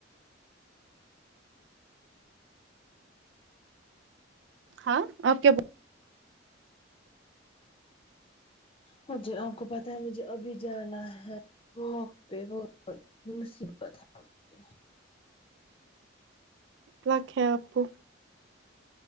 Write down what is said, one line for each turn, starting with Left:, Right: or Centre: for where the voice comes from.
Right: ہاں اپ کیا بو
Left: ہاں جی اپ کو پتہ ہے مجھے ابھی جانا ہے واک پہ وائی مصیبت ہے مجھے
Right: لک ہے اپ کو